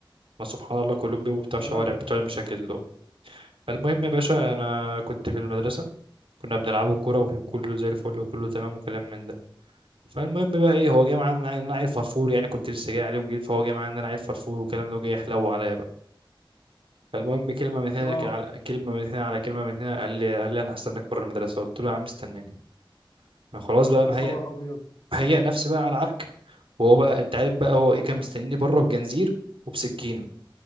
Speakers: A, on the right; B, on the left.
A: ما سبحان الله كلهم بيبقوا بتوع شوارع
B: تمام
A: بتوع المشاكل دول المهم يا باشا انا كنت في المدرسه كنا بنلعبوا كوره وكله زي الفل وكله تمام وكلام من ده فالمهم بقى ايه هو جاي معايا ان انا عيل فرفور يعني كنت لسه جاي عليهم جديد فهو جاي معايا ان انا عيل فرفور والكلام ده وجاي يحلو عليا بقى فالمهم كلمه من هنا
B: اه
A: ك- على كلمه من هنا على كلمه من هنا قال لي قال لي انا هستناك بره المدرسه قلت له يا عم استناني ما خلاص بقى مهيأ
B: يا خبر ابيض
A: مهيأ نفسي بقى على عرك وهو بقى انت عارف بقى هو ايه كان مستنيني بره بجنزير وبسكينه